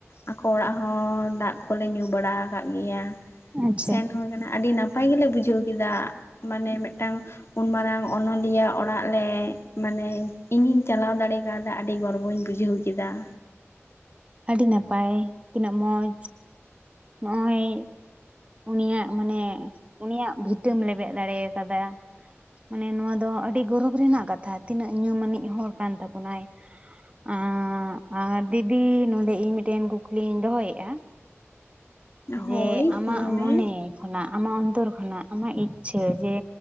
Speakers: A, on the left; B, on the right.
A: ᱟᱠᱚ ᱚᱲᱟᱜ ᱦᱚᱸ ᱫᱟᱜ ᱠᱚᱞᱮ ᱧᱩ ᱵᱟᱲᱟ ᱟᱠᱟᱫ ᱜᱮᱭᱟ
B: ᱟᱪᱪᱷᱟ
A: ᱥᱮᱱ ᱦᱩᱭ ᱟᱠᱟᱱᱟ ᱟᱹᱰᱤ ᱱᱟᱯᱟᱭ ᱱᱟᱯᱟᱭ ᱜᱮᱞᱮ ᱵᱩᱡᱷᱟᱹᱣ ᱠᱮᱫᱟ ᱢᱟᱱᱮ ᱢᱤᱫᱴᱟᱝ ᱩᱱ ᱢᱟᱨᱟᱝ ᱚᱱᱚᱞᱤᱭᱟᱹ ᱚᱲᱟᱜ ᱞᱮ ᱢᱟᱱᱮ ᱤᱧᱤᱧ ᱪᱟᱞᱟᱣ ᱫᱟᱲᱮ ᱠᱟᱣᱫᱟ ᱟᱹᱰᱤ ᱜᱚᱨᱵᱚᱧ ᱵᱩᱡᱷᱟᱹᱣᱫᱟ᱿ ᱪᱮᱫᱟᱜ
B: ᱟᱹᱰᱤ ᱱᱟᱯᱟᱭ ᱛᱤᱱᱟᱹᱜ ᱢᱚᱡᱽ᱾ ᱱᱚᱜᱼᱚᱭ ᱩᱱᱤᱭᱟᱜ ᱢᱟᱱᱮ ᱩᱱᱤᱭᱟᱜ ᱵᱷᱤᱛᱟᱹᱢ ᱞᱮᱵᱮᱫ ᱫᱟᱲᱮ ᱟᱠᱟᱫᱟ᱿ ᱢᱟᱱᱮ ᱱᱚᱣᱟ ᱫᱚ ᱟᱹᱰᱤ ᱜᱚᱨᱚᱵᱽ ᱨᱮᱱᱟᱜ ᱠᱟᱛᱷᱟ ᱛᱤᱱᱟᱹᱜ ᱧᱩᱢ ᱟᱱᱤᱡ ᱦᱚᱲ ᱠᱟᱱ ᱛᱟᱵᱚᱱᱟᱭ᱾ <unintelligible> ᱫᱤᱫᱤ ᱱᱚᱸᱰᱮ ᱤᱧ ᱢᱤᱫᱴᱮᱱ ᱠᱩᱠᱞᱤᱧ ᱫᱚᱦᱚᱭᱮᱫᱼᱟ ᱡᱮ
A: ᱦᱳᱭ
B: ᱟᱢᱟᱜ
A: ᱞᱟᱹᱭ ᱢᱮ
B: ᱢᱚᱱᱮ ᱠᱷᱚᱱᱟᱜ ᱟᱢᱟᱜ ᱚᱱᱛᱚᱨ ᱠᱷᱚᱱᱟᱜ ᱟᱢᱟᱜ ᱤᱪᱪᱷᱟᱹ ᱡᱮ